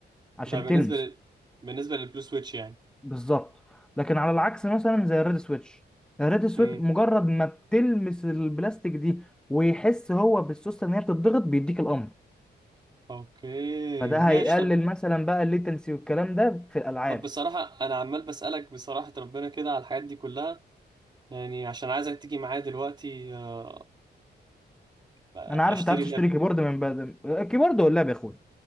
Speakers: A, in the centre; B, on the right.
A: عشان
B: ده بالنسبه
A: تلمس
B: لل... بالنسبه للبلو سويتش يعني
A: بالظبط لكن على العكس مثلا زي الريد سويتش الريد سويتش
B: امم
A: مجرد ما بتلمس البلاستيك دي ويحس هو بالسوسته ان هي بتضغط بيديك الامر
B: اوكي
A: فده
B: ماشي
A: هيقلل
B: طب
A: مثلا بقى الليتنسي والكلام ده في الالعاب
B: طب بصراحه انا عمال بسالك بصراحه ربنا كده على الحاجات دي كلها يعني عشان عايزك تيجي معايا دلوقتي آه، ابقى
A: انا عارف
B: اشتري
A: انت عايز
B: الاب
A: تشتري كيبورد من بدل الكيبورد ولا يا اخويا